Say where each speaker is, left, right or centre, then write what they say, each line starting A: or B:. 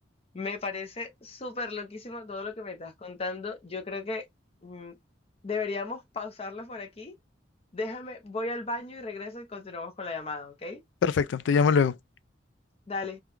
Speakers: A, on the left (about 30°); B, on the left (about 70°).
A: Me parece súper loquísimo todo lo que me estás contando. Yo creo que mm, deberíamos pausarlo por aquí. Déjame, voy al baño y regreso y continuamos con la llamada, ¿ok?
B: Perfecto, te llamo luego.
A: Dale.